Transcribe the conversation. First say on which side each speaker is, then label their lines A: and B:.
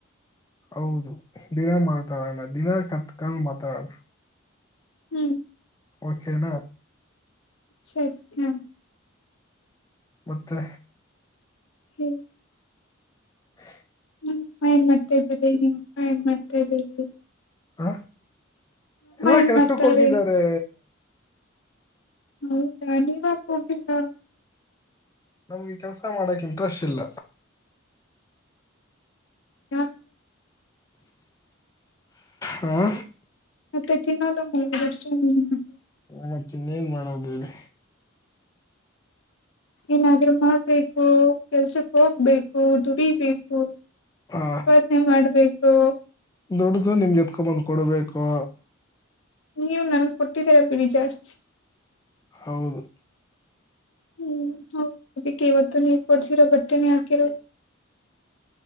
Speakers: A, on the left; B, on the left.
A: ಹೌದು ದಿನ ಮಾತಾಡೋಣ ದಿನ ಕತ್ಕೊಂಡು ಮಾತಾಡೋಣ
B: ಹ್ಮ್
A: ಓಕೆನಾ
B: ಸರಿ ಹ್ಮ
A: ಮತ್ತೆ
B: ಹ್ಮ
A: ಹ
B: ನಿಮ್ಮ ಅಮ್ಮ ಏನ್ ಮಾಡ್ತಾ ಇದ್ದರಿ ನಿಮ್ಮ ಅಪ್ಪ ಏನ್ ಮಾಡ್ತಾ ಇದ್ದೀರಿ
A: ಹ ಎಲ್ಲಾ
B: ಏನ್
A: ಕೆಲ್ಸಕ್ಕ
B: ಮಾಡ್ತಾವ್ರೆ
A: ಹೋಗಿದರೆ
B: ಹೌದಾ ನೀವ್ ಹಾಕೋಗಿಲ್ಲ
A: ನಮ್ಗೆ ಕೆಲ್ಸ ಮಾಡಕ್ ಇಂಟ್ರೆಸ್ಟ್ ಇಲ್ಲ
B: ಯಾಕೆ
A: ಹಾ <unintelligible>
B: ಮತ್ತೆ ತಿನ್ನೋದ ಮಲಗುದು ಅಷ್ಟೆನಾ <unintelligible>
A: ಮತ್ತ ಇನ್ನೇನ್ ಮಾಡೋದು ಹೇಳಿ
B: ಏನಾದ್ರೂ ಮಾಡ್ಬೇಕು ಕೆಲ್ಸಕ್ ಹೋಗ್ಬೇಕು ದುಡಿಬೇಕು
A: ಆ
B: ಪಾದನೆ ಮಾಡ್ಬೇಕು
A: ದುಡ್ಡದು ನಿಮ್ಗೆತ್ಕೊಬಂದ್ ಕೊಡ್ಬೇಕು
B: ನೀವ ನನ್ಗೆ ಕೊಟ್ಟಿದ್ದೀರಾ ಬಿಡಿ ಜಾಸ್ತಿ
A: ಹೌದು
B: ಹ್ಮ್ ಹೌ ಅಕ್ಕೆ ಇವತ್ತು ನೀವು ಕೊಡ್ಸಿರೋ ಬಟ್ಟೆನ ಹಾಕಿರೋಧು